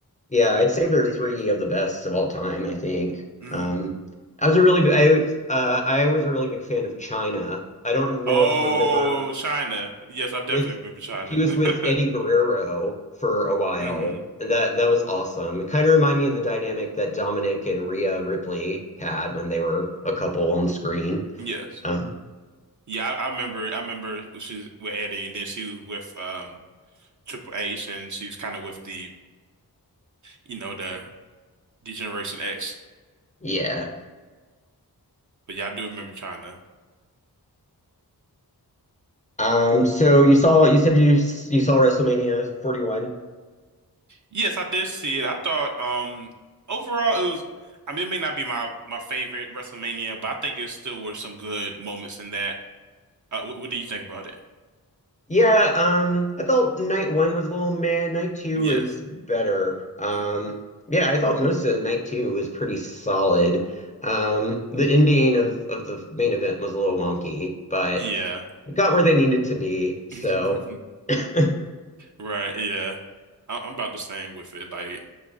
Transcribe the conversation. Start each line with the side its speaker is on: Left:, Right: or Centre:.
Left: Yeah,
Right: That definitely
Left: I'd say they're
Right: was a great
Left: three
Right: match.
Left: of the best of all time, I think.
Right: Mm.
Left: Um, I was a really b- I uh, I was a really big fan of China. I don't know
Right: Oh,
Left: if you remember
Right: China. Yes, I definitely
Left: with
Right: remember China.
Left: she was
Right: <laughs>
Left: with Eddie Guerrero for a while,
Right: hmm
Left: and that that was awesome. It kind of reminded me of the dynamic that Dominic and Rhea Ripley had when they were a couple on screen.
Right: Yes.
Left: Um,
Right: Yeah, I, I remember I remember she was with Eddie and then she was with um Triple H and she was kind of with the you know the Degeneration X
Left: yeah.
Right: But yeah, I do remember trying to.
Left: Um, so you saw you said you s- you saw WrestleMania 41.
Right: Yes, I did see it. I thought um overall it was I mean it may not be my my favorite WrestleMania, but I think it still were some good moments in that. Uh, what, what do you think about it?
Left: Yeah, um, I thought night one was a little meh. Night two
Right: Yes.
Left: was better. Um,
Right: hmm
Left: yeah, I thought most of night two was pretty solid. Um, the ending of of the main event was a little wonky, but
Right: Yeah.
Left: it got where they needed to be. So
Right: <laughs>
Left: <laughs>
Right: Right, yeah. I I'm about the same with it. Like